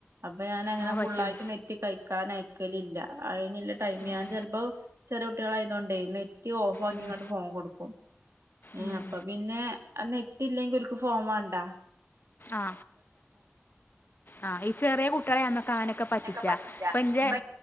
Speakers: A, on the right; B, on the left.
A: അപ്പൊ ഞാനൻങ്ങനെ
B: ആ
A: ഫുള്ളായിട്ട്
B: പറ്റും
A: നെറ്റി കാരണം അയക്കലില്ല. ഇനി ഇല്ല ടൈം
B: ഉം.
A: ഞാൻ ചിലപ്പോ ചെറു കുട്ടികൾ ആയതു കെണ്ടേ നെ റ്റ് ഓഫ് ആക്കിങ്ങട്ട്
B: ഉം,
A: ഫോൺ കൊടുക്കും ഏ
B: ഉം.
A: അപ്പൊ പിന്നെ ആ നെറ്റ് ഇല്ലെങ്കിൽ ഒർക്ക് ഫോൺ വണ്ട
B: ആ ആ ഈ ചെറിയ കുട്ടികളെ നമ്മക്ക്ആനൊക്കെ പറ്റിച്ചാ
A: ക്കെ പറ്റിച്ച
B: ഇപ്പ എന്റെ
A: ഇപ്പൊ